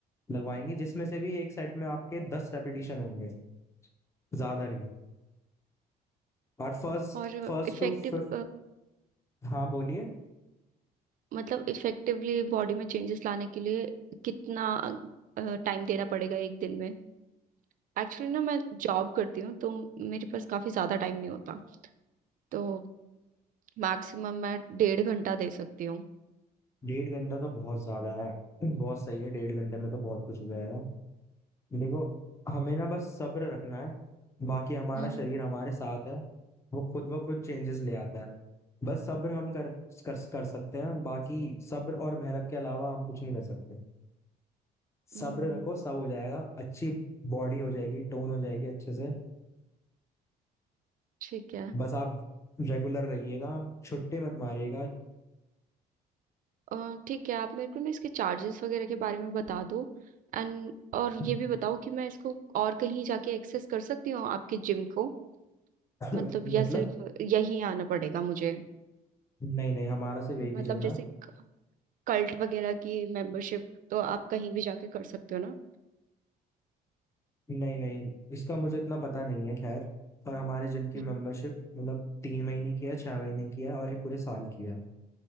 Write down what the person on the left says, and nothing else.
लगवाएंगे जिसमें से भी एक सेट में आपके दस रेपिटेशन होंगे ज्यादा नहीं और फर्स्ट
फर्स्ट
टू फिफ्थ हाँ बोलिए
डेढ़ घंटा तो बहुत ज्यादा है बहुत सही है डेढ़ घंटे में तो बहुत कुछ हो जाएगा देखो हमें ना बस सब्र रखना है बाकी हमारा
शरीर हमारे साथ है वो खुद ब खुद चेंजेस ले आता है बस सब्र हम कर कर, कर सकते हैं बाकी सब्र और मेहनत के अलावा हम कुछ नहीं कर सकते सब्र
रखो सब हो जाएगा अच्छी बॉडी हो जाएगी टोन हो जाएगी अच्छे से
बस आप रेगुलर रहिएगा छुट्टे मत मारिएगा
<coughs>
<laughs>
मतलब
नहीं नहीं हमारा सिर्फ एक
ही जिम
है
नहीं नहीं इसका मुझे इतना पता नहीं है खैर पर हमारे जिम की
मेंबरशिप मतलब तीन महीने की है छह महीने की है और एक पूरे साल की है